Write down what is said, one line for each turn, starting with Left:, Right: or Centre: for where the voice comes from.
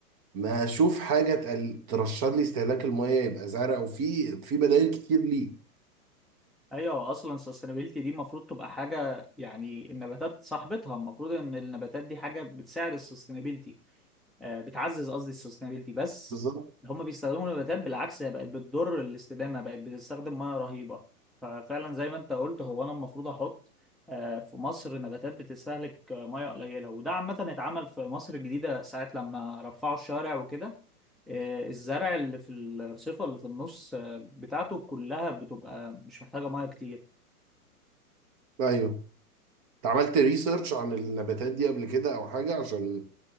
Right: ما اشوف حاجه تقل- ترشد لي استهلاك الميه يبقى زرع وفي في بدائل كتير ليه
Centre: ايوه اصلا sustainability دي المفروض تبقى حاجه يعني النباتات صاحبتها المفروض ان النباتات دي حاجه بتساعد ال sustainability آه، بتعزز قصدي السستينابيلتي بس
Right: بالظبط
Centre: هم بيستخدموا نباتات بالعكس هي بقت بتضر الاستدامه بقت بتستخدم ميه رهيبه ففعلا زي ما انت قلت هو انا المفروض احط آه، في مصر نباتات بتستهلك آه، ميه قليله وده عامه اتعمل في مصر الجديده ساعه لما رفعوا الشارع وكده آه، الزرع اللي في الرصيفه اللي في النص آه، بتاعته كلها بتبقى مش محتاجه ميه كتير
Right: ايوه انت عملت ريسيرش عن النباتات دي قبل كده او حاجه عشان